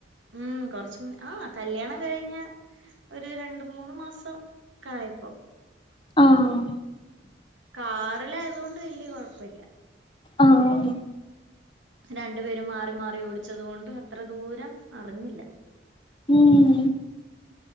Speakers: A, on the right; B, on the left.
A: ഉം കൊറച് ഉം ആഹ് കല്യാണം കഴിഞ്ഞ് ഒരു രണ്ട് മൂന്ന് മാസം ക്കായപ്പോ
B: ആഹ്
A: കാറിലയത് കൊണ്ട് വല്ല്യ കൊഴപ്പല്ല്യ
B: ആഹ്
A: രണ്ടു പേരും മാറി മാറി ഓടിച്ചതുകൊണ്ട് അത്ര ദൂരം അറിഞ്ഞില്ല
B: ഉം